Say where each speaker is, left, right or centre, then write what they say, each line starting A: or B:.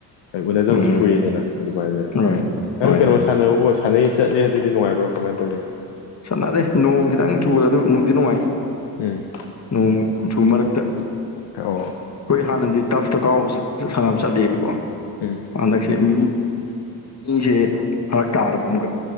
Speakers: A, on the left; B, on the left.
A: ꯍ ꯎꯅꯗꯕꯁꯨ
B: ꯎꯝ
A: ꯀꯨꯏꯗꯅ ꯑꯗꯨꯃꯥꯏꯅ
B: ꯍꯣꯏ
A: ꯅꯪ
B: ꯍ
A: ꯀꯩꯅꯣ ꯁꯥꯟꯅꯕ ꯁꯥꯟꯅꯩ ꯆꯠꯂꯦ ꯍꯥꯏ ꯑꯗꯨꯗꯤ ꯅꯨꯡꯉꯥꯏꯕ꯭ꯔꯣ ꯀꯃꯥꯏꯅ ꯇꯧꯒꯦ
B: ꯆꯠꯅꯔꯦ ꯅꯣꯡ ꯈꯤꯇꯪ ꯆꯨꯔ ꯑꯗꯨ ꯅꯨꯡꯗꯤ ꯅꯨꯡꯉꯥꯏ
A: ꯎꯝ
B: ꯅꯣꯡ ꯁꯨ ꯃꯔꯛꯇ
A: ꯑ
B: ꯑꯩꯈꯣꯏ ꯍꯥꯟꯅꯗꯤ ꯇꯐꯇ ꯀꯥꯎꯕ ꯁꯥꯟꯅꯕ ꯆꯠꯂꯤꯕꯀꯣ
A: ꯎꯝ
B: ꯍꯟꯗꯛꯁꯦ ꯃꯤ ꯃꯤꯁꯦ ꯐꯔꯛ ꯇꯥꯔꯕ ꯑꯃꯨꯛꯀ